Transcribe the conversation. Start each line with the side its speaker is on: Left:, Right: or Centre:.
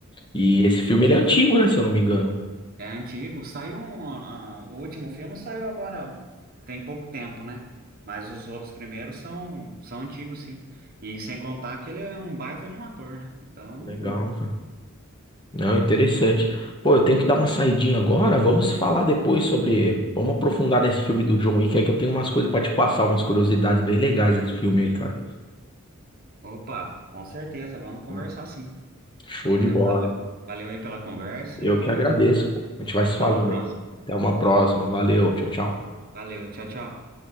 Left: E esse filme ele é antigo, né, se eu não me engano.
Right: É antigo, saiu um, ah, o último filme saiu agora, tem pouco tempo, né? Mas os outros primeiros são, são antigos, sim. E sem contar que ele é um baita de um ator, né? Então,
Left: Legal, cara. Não, interessante. Pô, eu tenho que dar uma saidinha agora. Vamos se falar depois sobre. Vamos aprofundar nesse filme do John Wick, é que eu tenho umas coisas pra te passar, umas curiosidades bem legais desse filme aí, cara.
Right: opa, com certeza, vamos conversar
Left: Tá.
Right: sim.
Left: Show
Right: É,
Left: de bola.
Right: valeu, valeu aí pela conversa
Left: Eu
Right: e
Left: que agradeço, pô. A gente vai
Right: até
Left: se falando
Right: uma próxima.
Left: aí. Até uma próxima. Valeu. Tchau, tchau.
Right: Valeu, tchau, tchau.